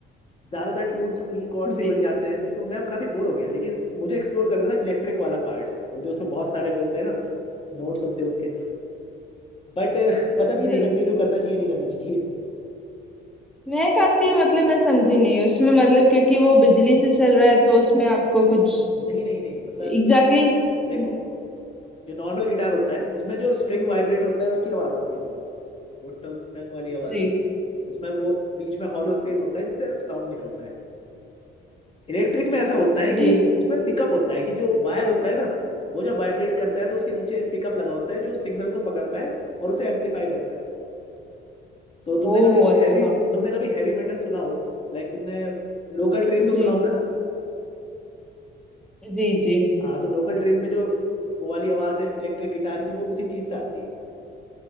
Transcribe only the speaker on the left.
ज्यादातर ट्यून्स ई कॉर्ड से
ही बन जाते हैं तो मैं काफी बोर हो गया लेकिन मुझे एक्सप्लोर करना था इलेक्ट्रिक वाला पार्ट वो जो उसमें बहुत सारे वो होते हैं ना नोट्स होते हैं उसके बट पता नहीं
इसे कंटिन्यू करना चाहिए नहीं करना चाहिए
नहीं नहीं नहीं मतलब
देखो जो नॉर्मल गिटार होता है उसमें जो स्ट्रिंग वाइब्रेट होता है उसकी आवाज आती है तुम्हें वो टंग टंग वाली आवाज
उसमें वो बीच में हॉलो स्पेस होता है जिससे साउंड निकलता है इलेक्ट्रिक में ऐसा होता है
कि उसमें पिकअप होता है कि जो वायर होता है ना वो जब वाइब्रेट करता है तो उसके नीचे पिकअप लगा होता है जो सिग्नल को पकड़ता है और उसे एम्पलीफाई करता है तो तुमने
कभी
हैवी तुमने कभी हैवी मेटल सुना हो लाइक तुमने लोकल ट्रेन तो
सुना होगा ना
हाँ तो लोकल ट्रेन में जो वो वाली आवाज है इलेक्ट्रिक गिटार की वो उसी चीज से आती है